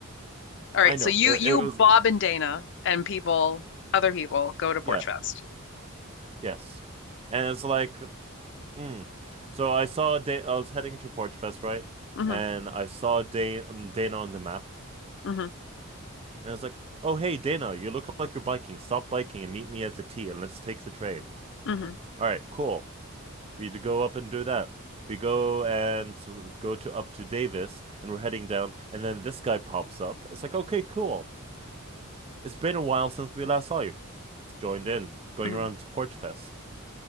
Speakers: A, on the left; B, on the right.
A: All right.
B: i know
A: So you
B: it,
A: you
B: it was
A: Bob and Dana and people other people go to Porch
B: yeah
A: Fest.
B: yes and it's like mm. so i saw Dana, i was heading to porch fest right
A: Mm-hmm.
B: and i saw Dana, Dana on the map
A: Mm-hmm.
B: and I was like oh hey Dana you look like you're biking stop biking and meet me at the T and let's take the train
A: Mm-hmm.
B: all right cool We to go up and do that. We go and go to up to Davis, and we're heading down, and then this guy pops up. It's like, okay, cool. It's been a while since we last saw you. It's Joined in, going
A: hmm
B: around to Porch Fest.